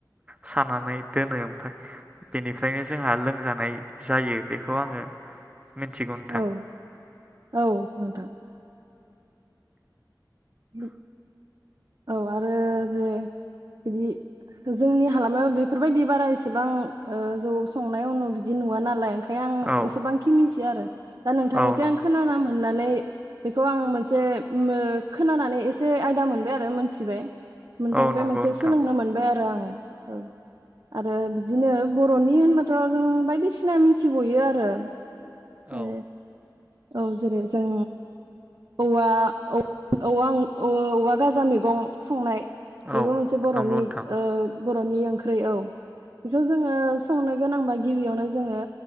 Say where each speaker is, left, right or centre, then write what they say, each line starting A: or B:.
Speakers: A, on the right (about 20°); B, on the right (about 60°).
A: सानानै दोनो ओमफफ्राय बेनिफ्रायनो जोंहा लोंजानाय जायो बेखौ आङो मिथिगौ नोंथां
B: औ औ नोंथां उम औ आरो जे बिदि जोंनि हालामाव बेफोरबायदि बारा एसेबां ओ जौ संनाय उनु बिदि नुवा नालाय ओं ओंखाय आं
A: औ
B: एसेबाखि मिन थिया आरो दा नोंथांनिफ्राय
A: औ नंगौ
B: आं खोनाना होननानै बेखौ आं मोनसे खोनानानै एसे आयदा मोनबाय आरो मोनथिबाय नोंथांनिफ्राय
A: औ नंगौ
B: बे मोनसे
A: नोंथां
B: सोलोंनो मोनबाय आरो आङो ओ औ आरो बिदिनो बरनि होनबाथ जों बायदिसिना मिनथिबयो आरो
A: औ
B: ओ औ जेरै जों औवा औवा औवा गाजा मैगं संनाय बेबो
A: औ
B: मोनसे बरनि
A: नंगौ नोंथां
B: ओ बरनि ओंख्रै औ बेखौ जोङो संनो गोनांबा गिबियावनो जोङो